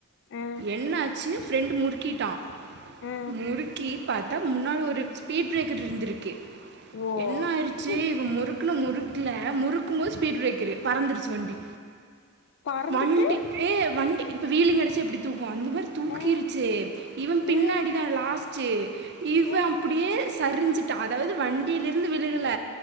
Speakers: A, on the left; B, on the right.
A: ஆ
B: என்னாச்சி ஃரெண்ட் முறுக்கிட்டா
A: ஆ
B: முறுக்கி பாத்தா முன்னாள் ஒரு ஸ்பீட் பிரேக்கர் இருந்திருக்கு
A: ஓ
B: என்ன ஆயிருச்சி
A: ஹம்,
B: இவ முறுக் முறுக்குன முறுக்குல முறுக்கு போது ஸ்பீட் பிரேக்கரு பறந்துருச்சி வண்டி
A: பறந்துட்டு
B: வண்டி ஏ வண்டி இப்போ வீலங்க கடச்சா எப்டி தூக்கு அந்த மாரி தூக்கிருச்சி
A: ஆ
B: இவன் பின்னாடி
A: ஆ
B: தா லாஸ்ட் சீ இவ
A: ஆ
B: அப்டியே சரிஞ்சிட்டா அதாவது வண்டிலயே ந்து விழுகல